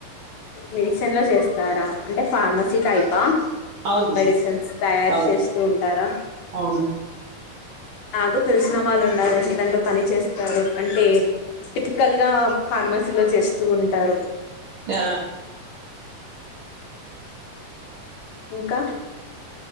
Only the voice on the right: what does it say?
అవునండి
అవును
అవును
ఆ